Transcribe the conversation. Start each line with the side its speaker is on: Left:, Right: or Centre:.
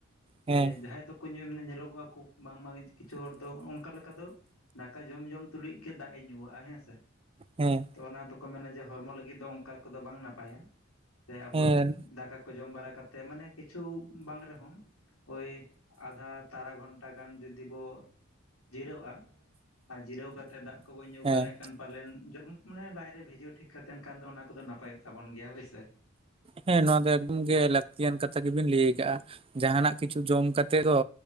Left: ᱥᱮ
Right: ᱦᱮᱸ
Left: ᱡᱟᱦᱟᱸᱭ ᱫᱚ ᱧᱩ ᱧᱮᱞᱚᱜᱚᱜ-ᱟ ᱠᱚ ᱵᱟᱝᱢᱟ ᱠᱤᱪᱷᱩ ᱦᱚᱲ ᱫᱚ ᱚᱱᱠᱟ ᱞᱮᱠᱟ ᱫᱚ ᱫᱟᱠᱟ ᱡᱚᱢ ᱡᱚᱢ ᱛᱩᱞᱩᱡ ᱜᱮ ᱫᱟᱜ ᱮ ᱧᱩᱣᱟᱜ-ᱟ ᱦᱮᱸ ᱥᱮ
Right: ᱦᱮᱸ
Left: ᱛᱚ ᱚᱱᱟ ᱫᱚᱠᱚ ᱢᱮᱱᱟ ᱡᱮ ᱦᱚᱲᱢᱚ ᱞᱟᱹᱜᱤᱫ ᱫᱚ ᱚᱱᱠᱟ ᱠᱚᱫᱚ ᱵᱟᱝ ᱱᱟᱯᱟᱭᱟ ᱥᱮ ᱟᱵᱚ
Right: ᱦᱮᱸ
Left: ᱫᱟᱠᱟ ᱠᱚ ᱡᱚᱢ ᱵᱟᱲᱟ ᱠᱟᱛᱮᱫ ᱢᱟᱱᱮ ᱠᱤᱪᱷᱩ ᱵᱟᱝ ᱨᱮᱦᱚᱸ ᱳᱭ ᱟᱫᱷᱟ ᱛᱟᱨᱟ ᱜᱷᱚᱱᱴᱟ ᱜᱟᱱ ᱡᱩᱫᱤ ᱵᱚ ᱡᱤᱨᱟᱹᱜ-ᱟ, ᱟᱨ ᱡᱤᱨᱟᱹᱣ ᱠᱟᱛᱮ ᱫᱟᱜ ᱠᱚᱵᱚ ᱧᱩ
Right: ᱦᱮᱸ
Left: ᱵᱟᱲᱟᱭ ᱠᱷᱟᱱ ᱯᱟᱞᱮᱱ ᱡᱚᱢ ᱢᱟᱱᱮ ᱞᱟᱡ ᱨᱮ ᱵᱷᱤᱡᱟᱹᱣ ᱴᱷᱤᱠ ᱠᱟᱛᱮᱱ ᱠᱷᱟᱱ ᱫᱚ ᱚᱱᱟ ᱠᱚᱫᱚ ᱱᱟᱯᱟᱭᱚᱜ ᱛᱟᱵᱚᱱ ᱜᱮᱭᱟ ᱦᱳᱭᱥᱮ᱾
Right: ᱦᱮᱸ ᱱᱚᱣᱟ ᱫᱚ ᱮᱠᱫᱚᱢ ᱜᱮ ᱞᱟᱹᱠᱛᱤᱭᱟᱱ ᱠᱟᱛᱷᱟ ᱜᱮᱵᱤᱱ ᱞᱟᱹᱭ ᱟᱠᱟᱜᱼᱟ᱾ ᱡᱟᱦᱟᱸᱱᱟᱜ ᱠᱤᱪᱷᱩ ᱡᱚᱢ ᱠᱟᱛᱮᱜ ᱫᱚ